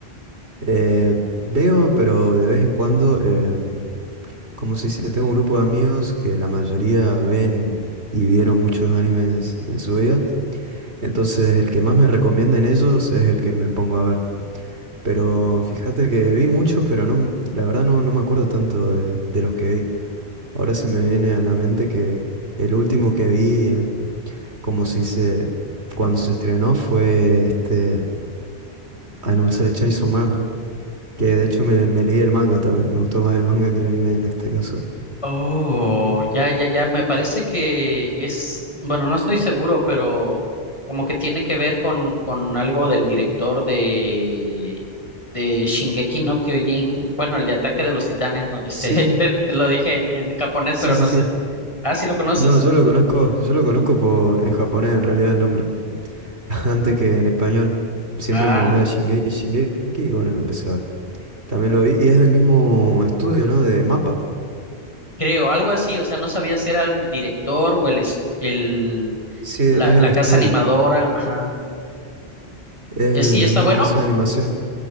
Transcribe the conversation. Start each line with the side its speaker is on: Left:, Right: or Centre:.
Right: Eh, veo, pero de vez en cuando, em, como si se tengo un grupo de amigos que la mayoría ven y vieron muchos animes en su vida. Entonces, el que más me recomienda en ellos es el que me pongo a ver. Pero fíjate que vi muchos, pero no, m- la verdad no, no me acuerdo tanto de, de los que vi. Ahora se me viene a la mente que el último que vi, em, como si se, dice, cuando se estrenó, fue este. Ay, no me sale Chainsaw Man. Que de hecho me, me leí el manga también. Me gustó más el manga que el anime en este caso.
Left: Oh, ya, ya, ya. Me parece que es, bueno, no estoy seguro, pero como que tiene que ver con, con algo del director de, de Shingeki no Kyojin. Bueno, el de Ataque de los Titanes, no, este,
Right: Sí,
Left: <laughs> te, te lo dije en, en japonés,
Right: sí,
Left: pero no
Right: sí, sí.
Left: sé. Ah, sí lo conoces.
Right: No, yo lo conozco, yo lo conozco por, en japonés en realidad el nombre. <laughs> Antes que en español. Siempre
Left: Ah,
Right: me hablaba de Shingeki, Shingeki, y bueno, lo empecé a ver. También lo vi. Y es del mismo estudio, ¿no? De Mapa.
Left: creo, algo así. O sea, no sabía si era el director o el, es- el,
Right: Sí, es
Left: la, la
Right: el estudio.
Left: casa animadora. Ajá.
Right: Es
Left: ¿Es,
Right: la
Left: y está
Right: misma
Left: bueno?
Right: casa de animación.